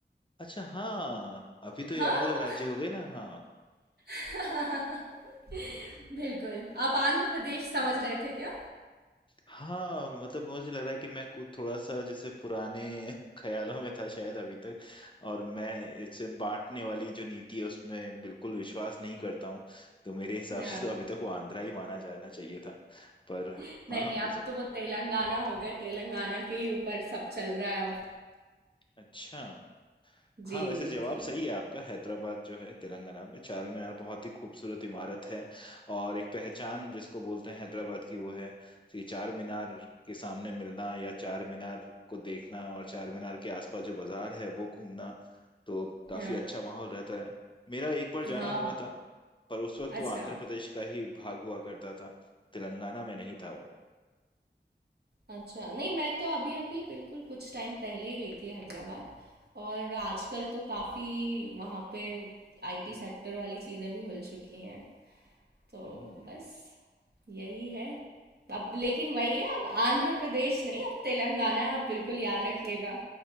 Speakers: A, on the left; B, on the right.
A: अच्छा हाँ अभी तो ये
B: हाँ
A: अलग अलग राज्य हो गए ना हाँ
B: <laughs> बिल्कुल। आप आंध्र प्रदेश समझ रहे थे क्या?
A: हाँ मतलब मुझे लग रहा है कि मैं कुछ थोड़ा सा जैसे पुराने <laughs> ख्यालों में था शायद अभी तक और मैं इससे बांटने वाली जो नीति है उसमें बिल्कुल विश्वास नहीं करता हूँ तो मेरे हिसाब
B: हाँ।
A: से तो अभी तक वो आंध्रा ही माना जाना चाहिए था पर
B: नहीं,
A: हाँ
B: नहीं अब
A: हो सकता
B: तो वो तेलंगाना हो गए, तेलंगाना के ही ऊपर सब चल रहा है अब।
A: है अच्छा हाँ
B: जी,
A: वैसे
B: जी,
A: जवाब
B: जी।
A: सही है आपका हैदराबाद जो है तेलंगाना में चार मीनार बहुत ही खूबसूरत इमारत है और एक पहचान जिसको बोलते हैं हैदराबाद की वो है तो ये चार मीनार के सामने मिलना या चार मीनार को देखना और चार मीनार के आसपास जो बाजार है वो घूमना तो काफी
B: हाँ,
A: अच्छा माहौल रहता है मेरा एक बार जाना
B: हाँ।
A: हुआ था पर उस वक्त
B: अच्छा,
A: वो आंध्र प्रदेश का ही भाग हुआ करता था तेलंगाना में नहीं था वो
B: अच्छा। नहीं मैं तो अभी-अभी बिल्कुल कुछ टाइम पहले ही गई थी हैदराबाद और आजकल तो काफ़ी वहाँ पे आईटी सेक्टर वाली चीज़ें भी खुल चुकी हैं। तो
A: हम्म।
B: बस यही है। अब लेकिन वही है अब आंध्र प्रदेश नहीं अब तेलंगाना आप बिल्कुल याद रखिएगा।